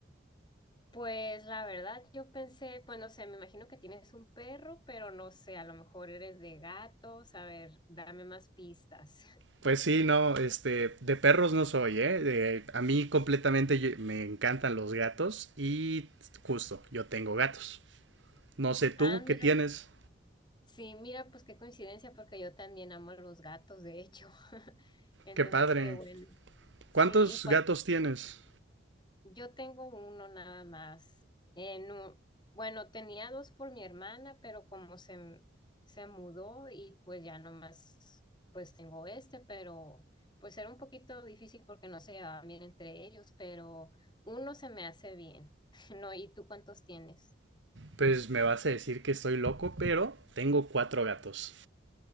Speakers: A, on the left; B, on the right.
A: Pues la verdad, yo pensé, pues no sé, me imagino que tienes un perro, pero no sé, a lo mejor eres de gatos, a ver, dame más pistas. <laughs>
B: Pues sí, no, este, de perros no soy, ¿eh? De- a mí completamente yo- me encantan los gatos y justo, yo tengo gatos. No sé tú,
A: Ah, mira,
B: ¿qué tienes?
A: sí, mira, pues qué coincidencia, porque yo también amo a los gatos, de hecho. <laughs> Entonces,
B: Qué padre.
A: qué bueno. Sí,
B: ¿Cuántos
A: ¿y cuánto?
B: gatos tienes?
A: Yo tengo uno nada más. Eh, no, bueno, tenía dos por mi hermana, pero como se, m- se mudó y pues ya nomás, pues tengo este, pero pues era un poquito difícil porque no se llevaban bien entre ellos, pero uno se me hace bien. <laughs> No, ¿y tú cuántos tienes?
B: Pues me vas a decir que estoy loco, pero tengo cuatro gatos.